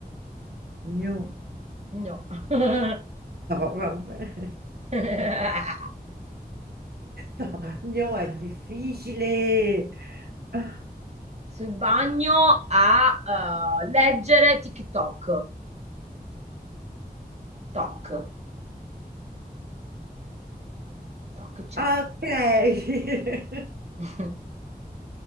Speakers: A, on the right (about 75°); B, on the right (about 40°).
A: Gnu.
B: No. <laughs>
A: No, vabbè.
B: <laughs>
A: No, no, è difficile. Ah,
B: Sul bagno a eh, leggere TikTok. Toc, toc, c'è.
A: ah, ok. <laughs>
B: <laughs>